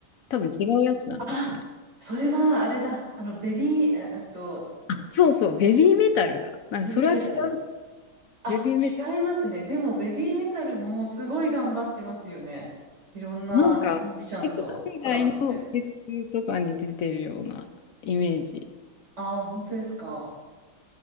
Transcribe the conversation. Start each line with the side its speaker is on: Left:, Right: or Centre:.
Left: 多分違うやつなんですね。
Right: あ、それはあれだ。あの、ベビー、ええっと、
Left: あそうそう、ベビーメタルだ。なんか、
Right: ベビーメタル。
Left: それは違う。
Right: あ、
Left: ベビーメタ
Right: 違いますね。でも、ベビーメタルもすごい頑張ってますよね。いろんなミュージシャンとコラボして。
Left: ル。なんか、結構、海外のフェスとかに出てるようなイメージ。
Right: ああ、本当ですか。